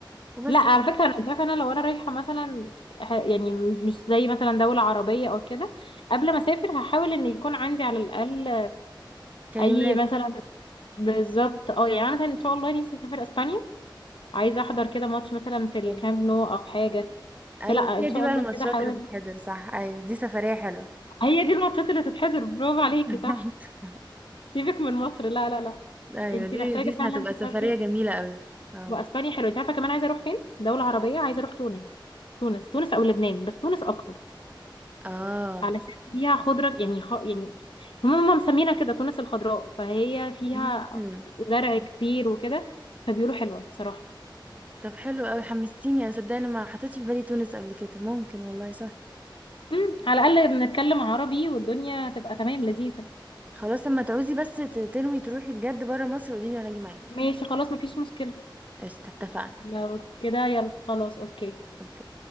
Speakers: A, on the right; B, on the left.
A: وبس
B: لا على فكرة انا شايفة انا لو انا رايحة مثلا ح- يعني مش زي مثلا دولة عربية او كده قبل ما اسافر هحاول ان يكون عندي على الاقل
A: كلمات
B: اي مثلا بالظبط اه يعني انا مثلا ان شاء الله نفسي اسافر اسبانيا عايزة احضر كده ماتش مثلا في الكامب
A: حلوة.
B: نو او حاجة
A: ايوه
B: فلا
A: هي
B: ان شاء
A: دي بقى
B: الله
A: الماتشات
B: كده حاول
A: اللي بتتحضر صح ايوه دي سفريه حلوه
B: هي دي الماتشات اللي تتحضر برافو عليكي
A: <laughs>
B: صح سيبك من مصر لا لا لا
A: ايوه
B: انت
A: دي
B: محتاجه
A: دي
B: فعلا
A: هتبقى
B: تسافري
A: سفريه جميله قوي اه
B: واسبانيا حلوه انت عارفه كمان عايزه اروح فين دوله عربيه عايزه اروح تونس تونس تونس او لبنان بس تونس اكتر
A: اه
B: علشان فيها خضره يعني خ... يعني هم مسمينها كده تونس الخضراء فهي فيها
A: مم.
B: زرع كتير وكده فبيقولوا حلوه بصراحه
A: طب حلو قوي حمستيني انا صدقني أنا ما حطيتش في بالي تونس قبل كده ممكن والله صح
B: امم على الاقل بنتكلم عربي والدنيا هتبقى تمام لذيذه
A: خلاص اما تعوزي بس ت- تنوي تروحي بجد بره مصر قولي لي وانا اجي معاكي
B: ماشي خلاص مفيش مشكله
A: قشطه اتفقنا
B: لو كده يلا خلاص اوكي
A: أوكي.